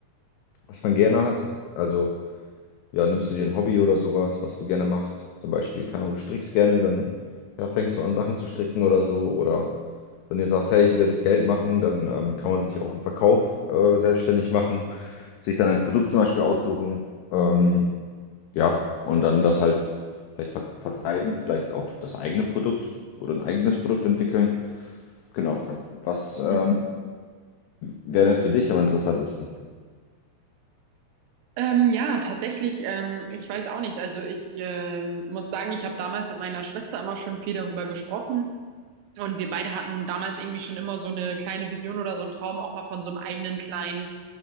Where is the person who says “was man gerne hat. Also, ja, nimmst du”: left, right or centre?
Left